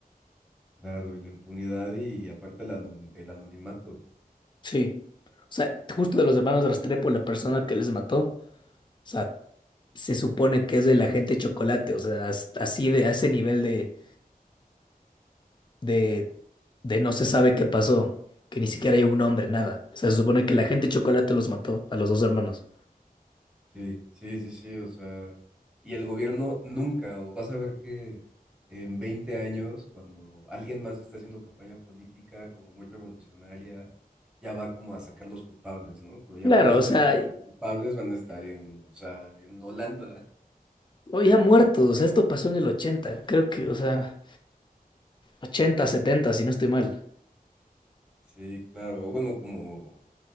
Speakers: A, in the centre; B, on the left.
A: claro, y la impunidad y, aparte el anon- el anonimato.
B: Sí. O sea, justo de los hermanos Restrepo, la persona que les mató, o sea, se supone que es el agente Chocolate. O sea, as- así de, a ese nivel de, de, de no se sabe qué pasó, que ni siquiera hay un hombre, nada. O sea, se supone que la gente de chocolate los mató a los dos hermanos.
A: Sí, sí, sí, sí, o sea, y el gobierno nunca, o vas a ver que en 20 años, cuando alguien más está haciendo campaña política como muy revolucionaria, ya va como a sacar los culpables, ¿no? Pero ya
B: Claro,
A: para ese
B: o sea,
A: momento los culpables van a estar en, o sea, en Holanda.
B: hoy ha muerto, o sea, esto pasó en el 80 creo que, o sea, 80 70 si no estoy mal.
A: Sí, claro, bueno, como